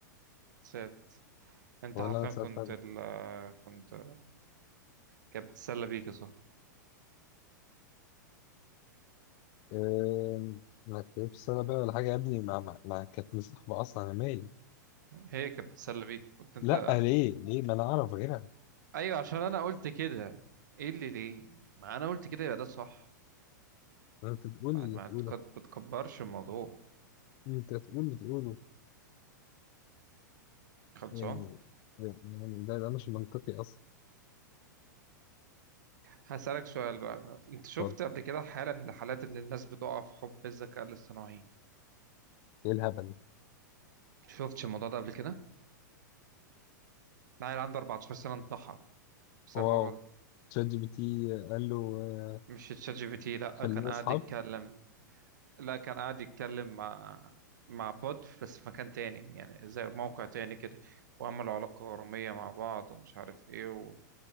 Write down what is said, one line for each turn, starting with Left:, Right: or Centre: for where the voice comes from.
Right: ساد انت
Left: ولا
Right: حرفيا
Left: انا سالت
Right: كنت
Left: عليك.
Right: ال... كنت كانت بتتسلى بيك يا صاحبي
Left: آه، ما كتبتش سنه بقى ولا حاجه يا ابني ما, ما, ما كانت مصاحبه اصلا انا مالي
Right: هي كانت بتتسلى بيك كنت انت
Left: لا ليه ليه ما انا اعرف غيرها
Right: ايوه عشان انا قلت كده ايه اللي ليه ما انا قلت كده يبقى ده صح
Left: ما انت تقول
Right: بعد
Left: اللي
Right: ما
Left: تقوله
Right: تك- بتكبرش الموضوع
Left: انت تقول اللي تقوله
Right: خلصان
Left: يعني يعني ده ده مش منطقي اصلا
Right: هسألك سؤال بقى انت شفت
Left: طب
Right: قبل كده حالة من الحالات اللي الناس بتقع في حب الذكاء الاصطناعي
Left: ايه الهبل
Right: شفتش الموضوع ده قبل كده؟ عيل عنده 14 سنة انتحر بسبب
Left: واو
Right: الموضوع ده
Left: تشات جي بي تي قال له آه،
Right: مش تشات جي بي تي لا
Left: خلينا
Right: كان قاعد
Left: اصحاب
Right: يتكلم لا كان قاعد يتكلم مع مع بوت بس في مكان تاني يعني زي موقع تاني كده وعملوا علاقة غرامية مع بعض ومش عارف ايه و...